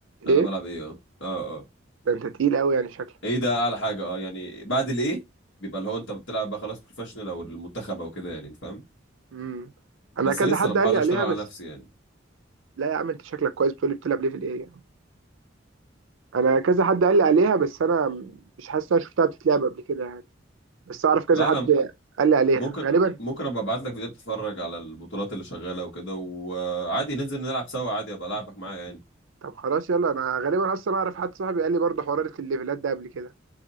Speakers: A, on the left (about 65°); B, on the right (about 80°).
A: أنا
B: ايه
A: بلعب ايه اه اه اه
B: ده انت تقيل قوي يعني شكلك
A: ايه ده اعلى حاجه اه يعني بعد الايه بيبقى اللي هو انت بتلعب بقى خلاص بروفيشنال او المنتخب او كده يعني انت فاهم
B: امم انا
A: بس
B: كذا
A: لسه
B: حد
A: انا بحاول
B: قال لي
A: اشتغل
B: عليها
A: على
B: بس
A: نفسي يعني
B: لا يا عم انت شكلك كويس بتقولي بتلعب ليفل ايه يا عم انا كذا حد قال لي عليها بس انا مش حاسس إن انا شفتها بتتلعب قبل كده يعني بس اعرف كذا
A: لا
B: حد
A: انا
B: قال لي عليها
A: ممكن
B: غالبا
A: ممكن ابقى ابعت لك فيديوهات تتفرج على البطولات اللي شغاله وكده وعادي ننزل نلعب سوا عادي ابقى العبك معايا يعني
B: طب خلاص يلا انا غالبا اصلا اعرف حد صاحبي قال لي برضه حوار الليفلات ده قبل كده